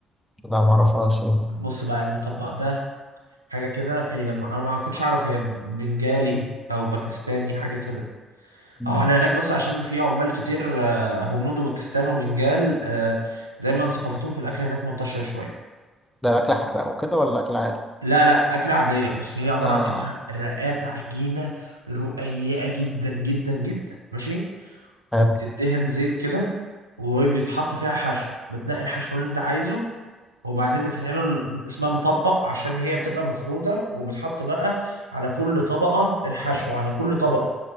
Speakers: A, in the centre; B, on the right.
A: لا معرفهاش ايه دي
B: بص بقى المطبق ده حاجه كده هي الم... انا ما كنتش اعرف هي بنجالي او باكستاني حاجه كده
A: مم.
B: اه احنا هناك بس عشان في عمال كتير آه، هنود وباكستان وبنجال آه، دايما ثقافتهم في الاكل هناك منتشره شويه
A: ده الأكل حراق وكده ولا أكل عادي؟
B: لا لا اكله عاديه بس هي عباره
A: آه
B: عن ايه بقى رقات عجينه رقيقه جدا جدا جدا ماشي
A: حلو
B: وبتدهن زيت كده وبيتحط فيها حشو بتنقي الحشو اللي انت عايزه وبعدين بتتعمل اسمها مطبق عشان هي بتبقى مفرودة وبتحط بقى على كل طبقة الحشو على كل طبقة